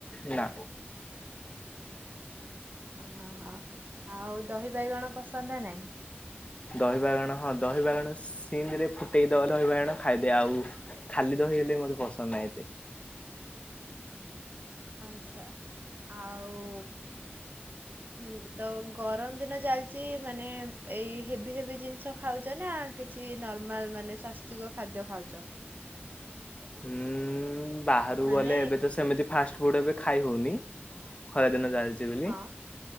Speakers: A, on the left; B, on the right.
A: ନା
B: ଅ ହ ଆଉ ଦହି ବାଇଗଣ ପସନ୍ଦ ନା ନାଇଁ?
A: ଦହି ବାଇଗଣ ହଁ ଦହିି ବାଇଗଣ ସିମରେ ଫୁଟେଇ ଦବ ଦହି ବାଇଗଣ ଖାଇଦିଏ ଆଉ ଖାଲି ଦହି ହେଲେ ବି ମୋତେ ପସନ୍ଦ ନାହିଁ ଏତେ।
B: ଆଛା ଆଉ ହୁଁ ତ ଗରମ ଦିନ ଚାଲିଛି ମାନେ ଏଇ ହେଭି ହେଭି ଜିନିଷ ଖାଉଛ ନା କିଛି ନର୍ମାଲ ମାନେ ସ୍ଵାସ୍ତିକ ଖାଦ୍ୟ ଖାଉଛ?
A: ହୁଁ ବାହାରୁକୁ
B: ମାନେ
A: ଗଲେ ଏବେ ତ ସେମିତି ଫାଷ୍ଟ ଫୁଡ ଏବେ ଖାଇ ହଉନି ଖରା ଦିନ ଚାଲିଛି। ଚି ବୋଲି
B: ହୁଁ